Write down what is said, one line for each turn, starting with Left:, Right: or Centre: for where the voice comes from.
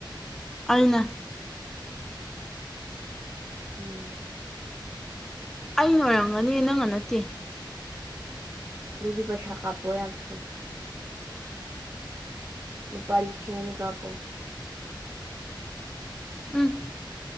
Centre: ꯑꯩꯅ
Right: ꯎꯪ
Centre: ꯑꯩꯅ ꯑꯣꯏꯔꯝꯒꯅꯤ ꯅꯪꯅ ꯅꯠꯇꯦ
Right: ꯑꯗꯨꯗꯤ ꯄꯩꯁꯥ ꯀꯥꯞꯄꯛꯑꯣ ꯌꯥꯝ ꯊꯨꯅ ꯂꯨꯄꯥ ꯂꯤꯁꯤꯡꯑꯅꯤ ꯀꯥꯄꯣ
Centre: ꯎꯝ